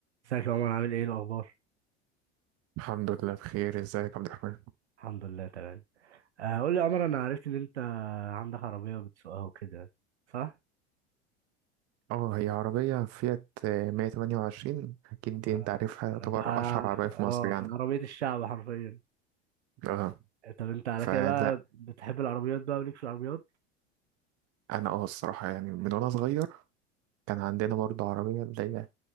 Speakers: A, on the right; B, on the right.
A: ازيك يا عمر عامل ايه إيه الاخبار
B: الحمد لله بخير ازيك يا عبد الرحمن
A: الحمد لله تمام آه قول لي يا عمر انا عرفت ان انت عندك عربيه بتسوقها وكده صح
B: اه هي عربية فيات آه، 128 اكيد دي
A: آه.
B: انت عارفها تعتبر
A: ده اه
B: اشهر عربية في مصر يعني
A: عربيه الشعب حرفيا
B: اه
A: طب انت على
B: فلا
A: كده بقى بتحب العربيات بقى وليك في العربيات
B: انا اه الصراحة يعني من وانا صغير كان عندنا برضه عربية اللي هي